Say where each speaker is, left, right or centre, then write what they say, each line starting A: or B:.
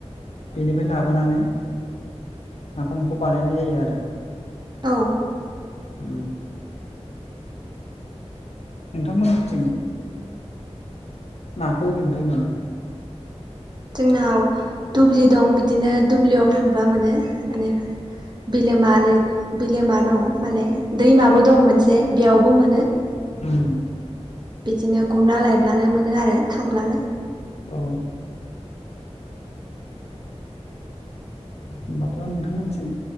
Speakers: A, on the left; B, on the right.
A: बेनिफ्राय लाबोनानै नाफामखौ बानायनाय जायो आरो
B: औ
A: उम नोंथांमोनिथिं ना खौ अबिनिफाय मोनो?
B: जोंनाव दुब्लि दं बिदिनो दुब्लियाव थांब्ला मोनो बिलोम बिलोमा दं माने दैमाबो दं मोनसे बेयावबो मोनो
A: उम
B: बिदिनो गुरना लायब्लानो मोनो आरो थांब्लानो
A: औ होनोमबाथ' नोंथांमोनथिं